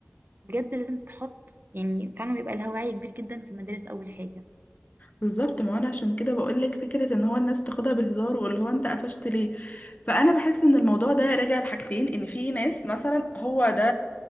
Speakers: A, on the right; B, on the left.
A: بجد لازم تتحط يعني فعلا بيبقى لها وعي كبير جدا في المدارس اول حاجه
B: بالظبط ما انا عشان كده بقولك فكرة ان هو الناس بتاخدها بهزار واللي هو انت قفشت ليه فانا بحس ان الموضوع ده راجع لحاجتين ان في ناس مثلا هو ده